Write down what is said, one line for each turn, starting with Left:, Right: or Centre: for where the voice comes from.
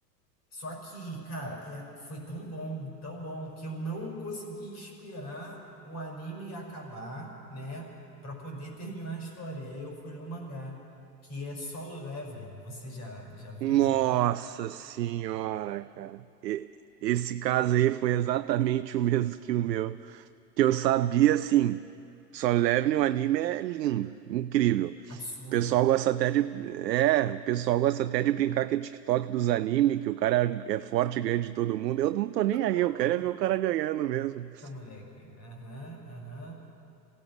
Left: Só que, cara, é, foi tão bom, tão bom, que eu não consegui esperar o anime acabar, né? Pra poder terminar a história. aí eu fui ler o mangá, que é Solo Leveling. Você já, já viu?
Right: Nossa
Left: Já leu?
Right: senhora,
Left: É
Right: cara. E- esse caso aí foi exatamente o mesmo que o meu, que eu sabia assim, só leve no anime é lindo, incrível.
Left: Absurdo.
Right: O pessoal gosta até de. É, o pessoal gosta até de brincar que é TikTok dos anime, que o cara é forte e ganha de todo mundo. Eu não tô nem
Left: Muito
Right: aí, eu quero
Left: bom.
Right: é ver o cara ganhando mesmo.
Left: Tá, moleque. Aham, aham.